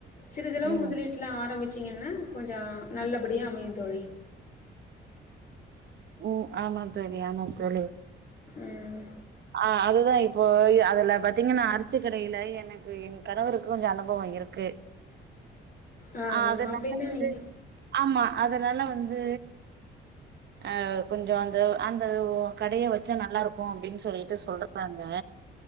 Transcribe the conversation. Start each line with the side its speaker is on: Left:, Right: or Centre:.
Left: சிறிதளவு
Right: ம்
Left: முதலிட்ல ஆரம்பிச்சி ீங்கன்னா... கொஞ்ஜோ நல்லபடியா அமையு தோழி
Right: உம் ஆமா தோழி ஆமா தோழி
Left: ம்
Right: ஆ அது -போ இப்போ அதுல பாத்தீங்கன்னா அரிசு கடையில எனக்கு என் கணவருக்கு கொஞ்சம் அனுபவம் இருக்கு
Left: ஆ
Right: அதனால
Left: அப்டின்னா
Right: அது
Left: நீங்க
Right: ஆமா அதனால வந்து அவ் கொஞ்சம் அந்த அந்த ஓ கடைய வச்சா நல்லா இருக்கும் அப்டின்னு சொல்லிட்டு சொல்றாங்க